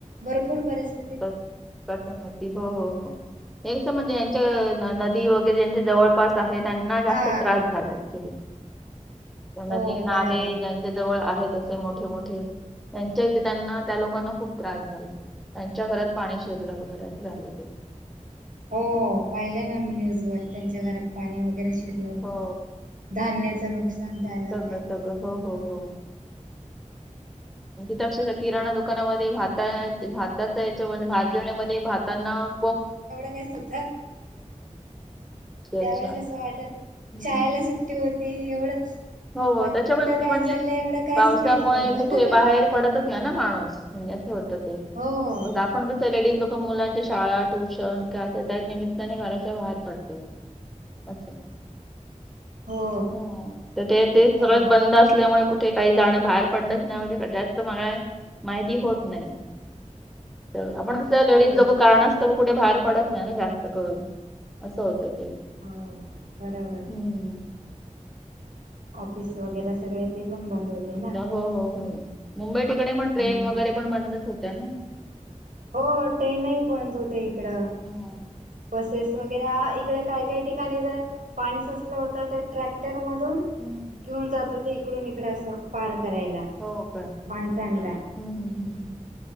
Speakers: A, on the right; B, in the centre.
A: भरपूर परिस
B: स्थिती होती. हो, हो, हो. हे कसं म्हणजे यांच्या ना न -- दी वगैरे ज्याच्या जवळपास आहे त्यांना जास्त
A: हा
B: त्रास झाला ॲक्चुली. <unintelligible>
A: हो
B: नदी, नाले
A: बरोबर
B: ज्या जवळ आहेत असे मोठे मोठे त्यांच्या इथे त्यांना त्या लोकांना खूप त्रास झाले. त्यांच्या घरात पाणी शिरलं वगैरे अस झालं ते.
A: हो. पाहिलं ना मी न्यूज वर त्यांच्या घरात पाणी वगैरे शिरलं होत.
B: हो
A: धान्याच नुकसान झालं
B: सगळं
A: काय काय
B: सगळं
A: लोकांचं.
B: हो, हो, हो. <unintelligible> किराणा दुकानामध्ये भाता भाताचा याच्या भात घेण्यामध्ये भातांना --
A: एवढं काय अस होत.
B: अक्षरशः
A: त्यावेळेस असं वाटत --
B: हो
A: शाळेला सु ट्टी होती एवढंच.
B: हो
A: बाकी
B: हो त्याच्यामुळेच
A: कुठं काय
B: म्हणजे
A: चाललंय एवढं काहीच
B: पावसामुळे
A: माहित नव्हत.
B: कुठे बाहेर <unintelligible> ना माणूस म्हणजे असं होत ते.
A: हो
B: मगं आ पण कस लेडीज लोक मुलांच्या शाळा, ट्यूशन काय अस त्या निमित्ताने घराच्या बाहेर पडते. अच्छा.
A: हो
B: हो. तर ते ते सगळच
A: बरोबर
B: बंद असल्यामुळे कुठे -- काही जाणं बाहेर पडलंच ना म्हणजे जास्त म <unintelligible> माहिती होत नाही. तर आप आपण कसं लेडीज
A: हो
B: लोक कारणास्त कुठे बाहेर पडत नाही ना जास्त करून असं होतं ते.
A: हो. बरोबर.
B: हम्म.
A: ऑफिस वगैरे सगळे ते पण बंद होते ना.
B: हो हो हो मुंबई ठिका पण ट्रेन
A: हम्म
B: वगैरे पण बंदच होत्या ना?
A: हो ट्रेनही बंद होते इकडं.
B: हम्म.
A: बसेस वगैरे इकडे काही काही ठिकाणी जर पाणी साचलं होतं तर ट्रॅक्टरमधून.
B: हम्म.
A: घेऊन जातो ते इकडून इकड असं पार करायला.
B: हो का
A: मानसाड
B: हम्म हम्म हम्म हम्म.